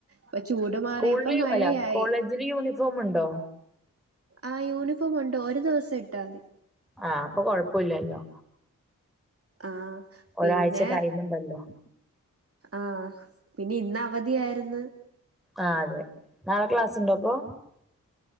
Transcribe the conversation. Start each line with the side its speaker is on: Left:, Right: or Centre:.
Right: പ്പൊ ചൂട് മാറിയപ്പോ
Centre: സ്കൂളില്
Right: മഴയായി
Centre: അല്ല കോളേജില് യൂണിഫോം ഉണ്ടോ
Right: ആ യൂണിഫോം ഉണ്ട് ഒരു ദിവസം ഇട്ടാ മതി
Centre: ആഹ് അപ്പൊ കൊഴപ്പോ ഇല്ലല്ലോ
Right: ആഹ്
Centre: ഒരാഴ്ച
Right: പിന്നെ
Centre: ടൈം ഉണ്ടല്ലോ
Right: ആഹ് പിന്നെ ഇന്ന് അവധിയായിരുന്നു
Centre: ആഹ് അതെ നാളെ ക്ലാസുണ്ടോ അപ്പൊ